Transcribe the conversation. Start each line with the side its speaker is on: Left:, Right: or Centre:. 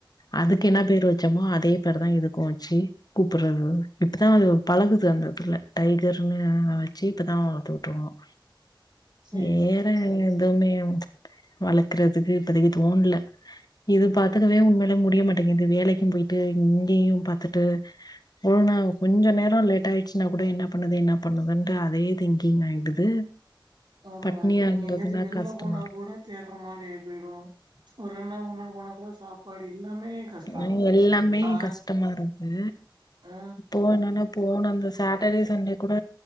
Left: அதுக்கு என்ன பேரு வச்சமோ அதே பேருதா இதுக்கும் வச்சு கூப்பிடுறது இப்பதான் அது பழகுது அந்த இதுல டைகர்னு வச்சு இப்பதான் கூப்பிடுவோம்
Right: சேரி
Left: வேற
Right: சேரி
Left: எதுவுமே வள க்குறதுக்கு இப்பதைக்கு தோண்ல இது பாத்துக்கவே உண்மையிலே முடியமட் டேங்குது வேலைக்கும் போயிட்டு இங்கேயும் பாத்துட்டு ஒரு நாள் கொஞ்சம் நேரம் லேட் ஆயிடுச்சுனா கூட என்ன பண்ணுது என்ன பண்ணுதுன்ட்டு அதே திங்கிங் ஆயிடுது
Right: ஆமா
Left: பட்னியா
Right: இப்ப நீங்க
Left: இருந்ததுன்னா
Right: எங்கயாச்சும் வெளில
Left: கஷ்டமா
Right: போனா
Left: இருக்கு
Right: கூட தேட்ற மாரி ஆய் போய்டு ஒரு ரெண்நாள் மூண்நாள் போனா கூட சாப்பாடு எல்லாமே கஷ்டோ
Left: அ எல்லாமே
Right: ஆ
Left: கஷ்டமா இருப்பு
Right: ஆ
Left: போனன்னா போன அந்த சாட்டர்டே சண்டே கூட